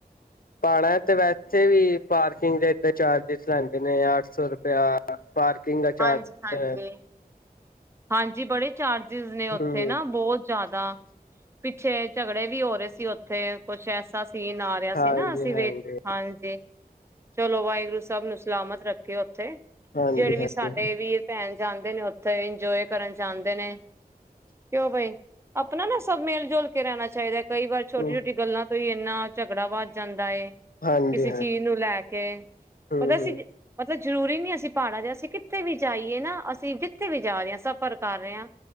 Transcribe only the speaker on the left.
ਪਹਾੜਾਂ ਚ ਤਾਂ ਵੈਸੇ ਵੀ ਪਾਰਕਿੰਗ ਦੇ ਏੜੇ ਚਾਰਜਿਸ ਲੈਂਦੇ ਨੇ ਅੱਠ ਸੌ ਰੁਪਆ ਪਾਰਕਿੰਗ ਕਾ ਚਾਰਜ
ਏ।
ਹੂੰ
ਹਾਂਜੀ
ਹਾਂਜੀ
ਹਾਂਜੀ
ਹਾਂਜੀ
ਹੂੰ
ਹਾਂਜੀ
ਹਾਂ
ਹੂੰ
ਹੂੰ